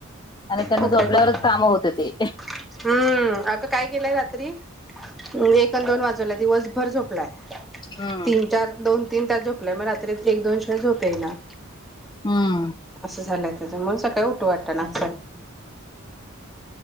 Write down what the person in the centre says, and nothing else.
कोपरे
कोपरे
हम्म अग काय केलंय रात्री <unintelligible> दोन वाजूला दिवसभर झोप प्लाग
तीन, चार, दोन तीन तास झोपला मग रात्री एक दोन शु नंतर झोप येईना
असं झालंय त्याच्यामुळे सकाळी उठू वाटणा असं झालंय.